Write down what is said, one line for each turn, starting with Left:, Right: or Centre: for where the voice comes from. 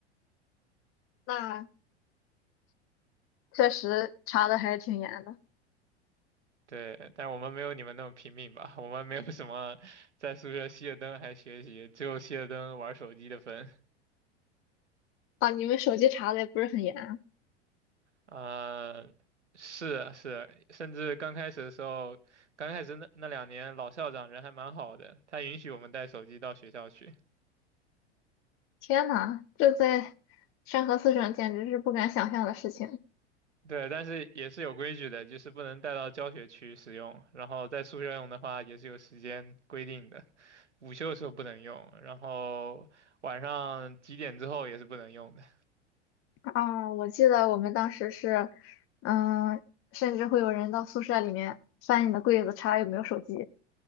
Left: 那确实查的还是挺严的
Right: 对，但我们没有你们那么拼命吧，我们没有什么在宿舍熄了灯还学习，只有熄了灯玩手机的份。
Left: 啊，你们手机查的也不是很严啊。
Right: 呃，是是，甚至刚开始的时候，刚开始那那两年，老校长人还蛮好的，他允许我们带手机到学校去。
Left: 天呐，这在山河四省简直是不敢想象的事情
Right: 对，但是也是有规矩的，就是不能带到教学区使用，然后在宿舍用的话也是有时间规定的，午休的时候不能用，然后晚上几点之后也是不能用的，
Left: 啊！我记得我们当时是，嗯，甚至会有人到宿舍里面翻你的柜子查有没有手机，